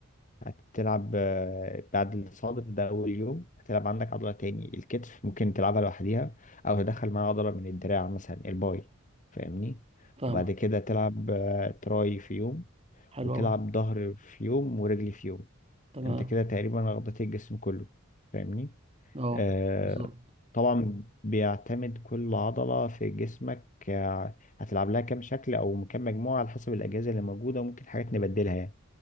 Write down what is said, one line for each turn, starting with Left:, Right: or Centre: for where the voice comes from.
Left: هتلعب آه، بعد الصادر ده أول يوم هتلعب عندك عضلة تاني الكتف ممكن تلعبها لوحديها أو تدخل معاها عضلة من الدراع مثلا الباي فاهمني
Right: فاهمة
Left: وبعد كده تلعب آه، تراي في يوم
Right: حلو
Left: وتلعب
Right: أوي
Left: ظهر في يوم ورجل في يوم
Right: تمام
Left: انت كده تقريبا غطيت الجسم كله فاهمني
Right: أه
Left: آه
Right: بالظبط
Left: طبعا بيعتمد كل عضلة في جسمك آه، هتلعب لها كام شكل او كام مجموعة على حسب الأجهزة اللي موجودة وممكن حاجات نبدلها يعني